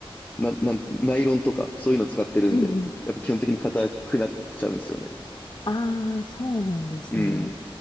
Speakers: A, on the left (about 20°); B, on the left (about 45°).
A: な、なん、ナイロンとかそういうの使ってるんで、
B: うんうん
A: やっぱ基本的に硬くなっちゃうんですよね。
B: ああ、そうなんですね。
A: うん。